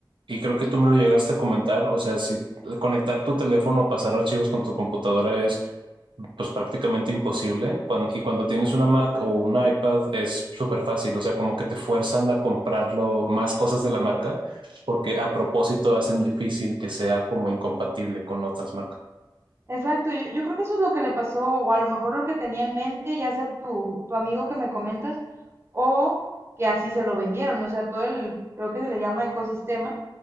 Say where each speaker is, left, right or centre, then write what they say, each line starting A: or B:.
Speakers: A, on the right; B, on the right.
A: y creo que tú me lo llegaste a comentar, o sea, si conectar tu teléfono o pasar archivos con tu computadora es pues prácticamente imposible. Cuan- y cuando tienes una Mac
B: Exacto.
A: o un iPad es súper fácil, o sea, como que te fuerzan a comprarlo más cosas de la marca porque a propósito hacen difícil que sea como incompatible con otras marcas.
B: Exacto, yo, yo creo que eso es lo que le pasó, o a lo mejor lo que tenía en mente, ya sea tu, tu amigo que me comentas, o que así se lo vendieron, o sea, todo el, creo que se le llama ecosistema,